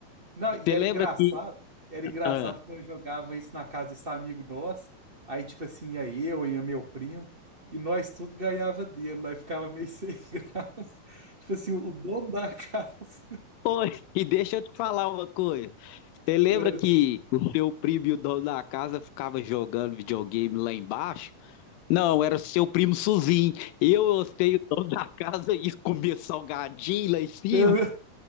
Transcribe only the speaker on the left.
você
lembra
que.
ah,
oi, <laughs> e deixa eu te falar uma coisa. Você lembra
que o seu primo e o dono da casa ficava jogando videogame lá embaixo? Não, era seu primo Suzinho. Eu hostei o dono da casa e comia salgadinho lá em cima.